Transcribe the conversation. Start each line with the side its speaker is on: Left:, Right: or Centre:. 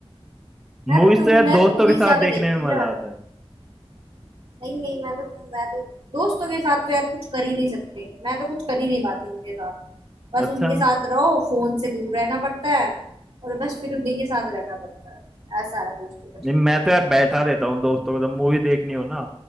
Right: मैं
Centre: मूवीज
Right: तो
Centre: तो यार
Right: मैं
Centre: दोस्तों
Right: तो मूवीज
Centre: के साथ
Right: ज्यादा
Centre: देखने
Right: देखती
Centre: में
Right: हूँ यार
Centre: मजा आता है
Right: नहीं नहीं मैं तो मैं तो दोस्तों के साथ तो यार कुछ कर ही नहीं सकते मैं तो कुछ कर ही नहीं पाती उनके साथ बस
Centre: अच्छा
Right: उनके साथ रहो फोन से दूर रहना पड़ता है और बस फिर उन्हीं के साथ रहना पड़ता है ऐसा है दोस्तों का चक्कर
Centre: नहीं मैं
Right: तो
Centre: तो यार बैठा रहता हूँ दोस्तों को जब मूवी देखनी हो ना